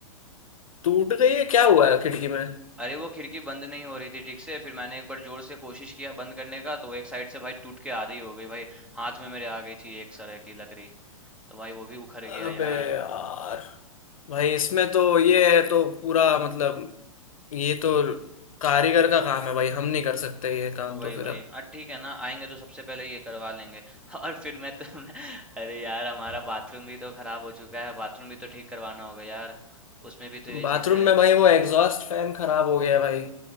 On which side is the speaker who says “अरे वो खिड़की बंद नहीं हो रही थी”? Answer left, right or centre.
Centre